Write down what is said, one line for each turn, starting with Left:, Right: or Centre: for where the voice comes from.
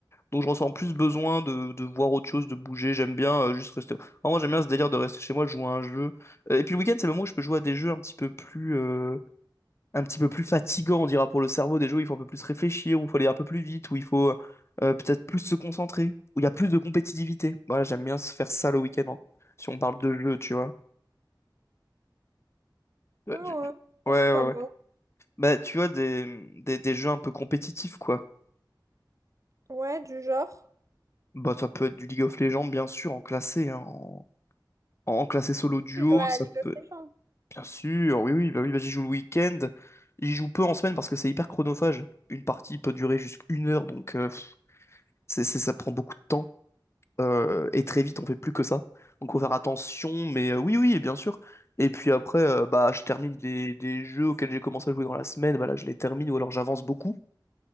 Left: Donc je ressens plus besoin de, de voir autre chose, de bouger. J'aime bien euh, juste rester. Vraiment, moi j'aime bien ce délire de rester chez moi, de jouer à un jeu. Euh, et puis le week-end, c'est le moment où je peux jouer à des jeux un petit peu plus, euh, un petit peu plus fatigants, on dira pour le cerveau. Des jeux où il faut un peu plus réfléchir, où il faut aller un peu plus vite, où il faut euh, peut-être plus se concentrer, où il y a plus de compétitivité. Voilà, j'aime bien se faire ça le week-end, hein, si on parle de jeux, tu vois. Ouais,
Right: Ouais,
Left: tu-
Right: ouais,
Left: tu-
Right: Oh,
Left: ouais,
Right: c'est pas
Left: ouais.
Right: mal.
Left: ouais. Bah tu vois des, des, des jeux un peu compétitifs, quoi.
Right: Ouais, du genre.
Left: Bah ça peut être du League of Legends, bien sûr, en classé, hein, en, en classé solo duo,
Right: Tu joues à
Left: ça
Right: League of
Left: peut.
Right: Legends.
Left: Bien sûr, oui, oui, bah oui, bah j'y joue le week-end. J'y joue peu en semaine parce que c'est hyper chronophage. Une partie peut durer jusqu'à une heure, donc euh, c'est, c'est- ça prend beaucoup de temps. Euh, et très vite, on fait plus que ça. Donc faut faire attention, mais euh, oui, oui, bien sûr. Et puis après, euh, bah, je termine des, des jeux auxquels j'ai commencé à jouer dans la semaine, voilà, je les termine ou alors j'avance beaucoup.